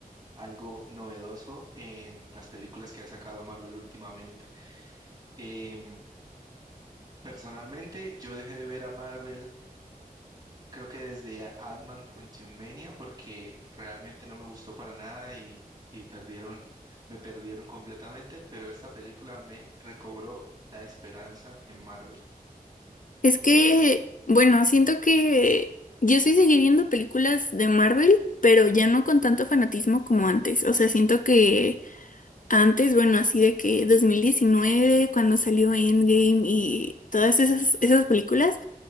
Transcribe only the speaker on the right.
algo novedoso en las películas que ha sacado Marvel últimamente. Em, personalmente, yo dejé de ver a Marvel creo que desde a- Ant-Man Quantumania, porque realmente no me gustó para nada y, y perdieron, <laughs> me perdieron completamente, pero esta película me recobró la esperanza en Marvel.